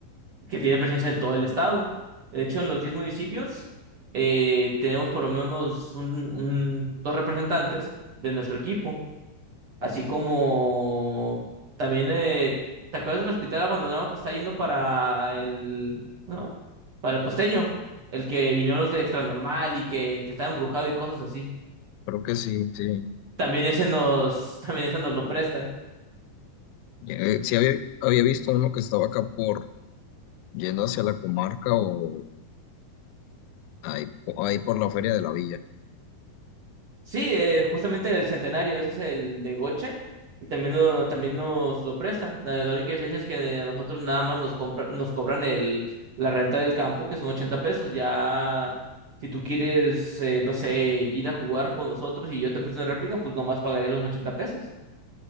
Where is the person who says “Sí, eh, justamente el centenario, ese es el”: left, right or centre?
Right